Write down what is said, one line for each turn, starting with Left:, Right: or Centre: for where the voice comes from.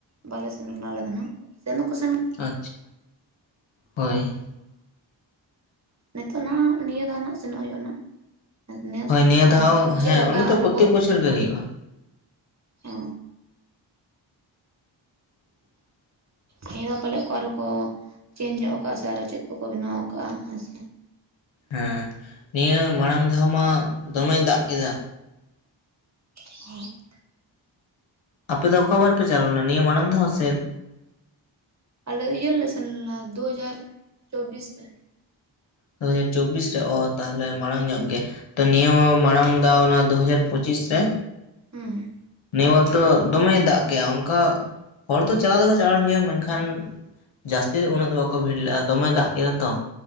Right: ᱵᱟᱞᱮ ᱥᱮᱱ ᱠᱟᱲᱟᱼᱟ ᱟᱞᱮ ᱫᱚ ᱱᱦᱟᱜ ᱥᱮᱱ ᱫᱚᱠᱚ ᱥᱮᱱ
Left: ᱟᱪᱪᱷᱟ ᱦᱳᱭ
Right: ᱱᱤᱛᱚᱜ ᱦᱟᱜ ᱱᱤᱭᱟᱹ ᱫᱷᱟᱣ ᱱᱟᱜ ᱥᱮᱱᱚᱜ ᱦᱩᱭᱩᱜᱼᱟ ᱟᱹᱱᱦᱟᱜ ᱱᱮᱥ
Left: ᱦᱳᱭ ᱱᱤᱭᱟᱹ ᱫᱷᱟᱣ
Right: ᱟᱨ
Left: ᱦᱮᱸ
Right: ᱪᱮᱫ ᱞᱮᱠᱟ
Left: ᱚᱸᱰᱮ ᱫᱚ
Right: ᱟᱨᱦᱚᱸ
Left: ᱯᱨᱚᱛᱮᱠ
Right: ᱠᱚ
Left: ᱵᱚᱪᱷᱚᱨ ᱜᱮ ᱦᱩᱭᱩᱜᱼᱟ
Right: ᱚ
Left: <inaudible>
Right: ᱱᱤᱭᱟᱹ ᱫᱷᱟᱣ ᱯᱟᱞᱮᱜ ᱠᱚ ᱟᱨᱦᱚᱸ ᱠᱚ ᱪᱮᱧᱡᱽ ᱧᱚᱜ ᱟᱠᱟᱜ ᱥᱮ ᱟᱨᱚ ᱪᱮᱫ ᱠᱚ ᱠᱚ ᱵᱮᱱᱟᱣ ᱠᱟᱼᱟ ᱦᱮᱸ ᱥᱮ
Left: ᱦᱮᱸ ᱱᱤᱭᱟᱹ ᱢᱟᱲᱟᱝ ᱫᱷᱟᱣ ᱢᱟ ᱫᱚᱢᱮᱭ ᱫᱟᱜ ᱠᱮᱫᱟ
Right: <unintelligible>
Left: ᱟᱯᱮ ᱫᱚ ᱚᱠᱟ ᱵᱟᱨ ᱯᱮ ᱪᱟᱞᱟᱣ ᱞᱮᱱᱟ ᱱᱤᱭᱟᱹ ᱢᱟᱲᱟᱝ ᱫᱷᱟᱣ ᱥᱮᱫ
Right: ᱟᱞᱮ ᱤᱭᱟᱹ ᱨᱮ ᱞᱮ ᱥᱮᱱ ᱞᱮᱱᱟ ᱫᱩᱦᱟᱡᱟᱨ ᱪᱚᱵᱵᱤᱥ ᱨᱮ
Left: ᱫᱩ ᱦᱟᱡᱟᱨ ᱪᱚᱵᱽᱵᱤᱥ ᱨᱮ ᱚ ᱛᱟᱦᱚᱞᱮ ᱢᱟᱲᱟᱝ ᱧᱚᱜ ᱜᱮ ᱛᱚ ᱱᱤᱭᱟᱹ ᱢᱟᱲᱟᱝ ᱫᱷᱟᱣ ᱚᱱᱟ ᱫᱩᱦᱟᱡᱟᱨ ᱯᱚᱸᱪᱤᱥ ᱨᱮ
Right: ᱦᱩᱸ
Left: ᱱᱤᱭᱟᱹ ᱵᱟᱨ ᱫᱚ ᱫᱚᱢᱮ ᱫᱟᱜ ᱠᱮᱜᱼᱟ ᱚᱱᱠᱟ ᱦᱚᱲ ᱫᱚ ᱪᱟᱞᱟᱣ ᱫᱚᱠᱚ ᱪᱟᱞᱟᱣ ᱮᱱ ᱜᱮᱭᱟ ᱢᱮᱱᱠᱷᱟᱱ ᱡᱟᱹᱥᱛᱤ ᱫᱚ ᱩᱱᱟᱹᱜ ᱫᱚ ᱵᱟᱠᱚ ᱵᱷᱤᱲ ᱞᱟᱜᱼᱟ ᱫᱚᱢᱮ ᱫᱟᱜ ᱠᱮᱫᱟ ᱛᱚ